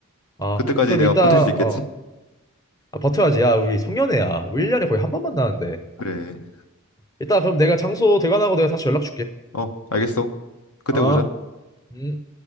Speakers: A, on the left; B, on the left.
A: 아,
B: 그때까지
A: 그- 그럼
B: 내가
A: 일단,
B: 버틸 수 있겠지?
A: 어. 아, 버텨야지. 야, 우리 송년회야.
B: 음,
A: 우리 1년에 거의 한 번 만나는데.
B: 그래.
A: 일단 그럼 내가 장소 대관하고 내가 다시 연락 줄게.
B: 어, 알겠어. 그때
A: 아,
B: 보자.
A: 음.